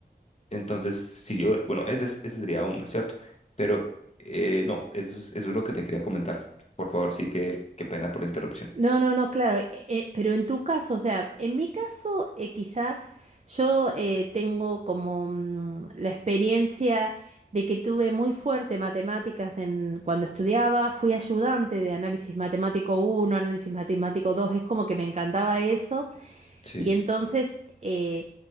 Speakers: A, on the left; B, on the right.
A: Entonces, sí, yo- bueno, ese, es- ese sería uno, ¿cierto? Pero eh, no, eso es, eso es lo que te quería comentar. Por favor, sí, que, qué pena por la interrupción.
B: No, no, no, claro, eh, eh, pero en tu caso, o sea, en mi caso, eh, quizá yo eh, tengo como mm, la experiencia de que tuve muy fuerte matemáticas en, cuando estudiaba, fui ayudante de análisis matemático uno, análisis matemático 2. es como que me encantaba eso,
A: Sí,
B: y entonces, eh,